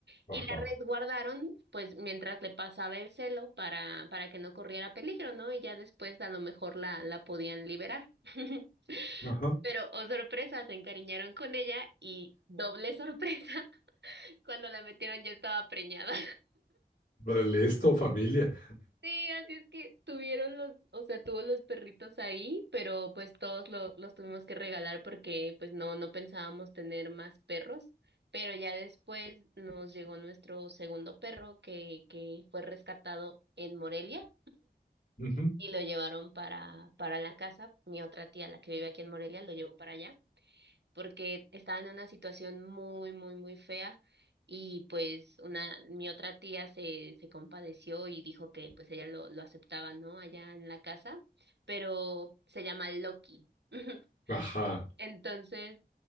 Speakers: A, on the left; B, on the right.
A: ajá,
B: Y la resguardaron, pues, mientras le pasaba el celo para, para que no corriera peligro, ¿no? Y ya después a lo mejor la, la podían liberar. <laughs>
A: ajá.
B: Pero, oh sorpresa, se encariñaron con ella y doble sorpresa, <laughs> cuando la metieron yo estaba preñada.
A: Listo, familia.
B: Sí, así es que tuvieron los, o sea, tuvo los perritos ahí, pero pues todos lo- los tuvimos que regalar porque pues no, no pensábamos tener más perros, pero ya después nos llegó nuestro segundo perro que, que fue rescatado en Morelia
A: Ujú,
B: y lo llevaron para, para la casa. Mi otra tía, la que vive aquí en Morelia, lo llevó para allá porque estaba en una situación muy, muy, muy fea y pues una, mi otra tía se, se compadeció y dijo que pues ella lo, lo aceptaba, ¿no? Allá en la casa, pero se llama Loki. <laughs>
A: Ajá.
B: Entonces,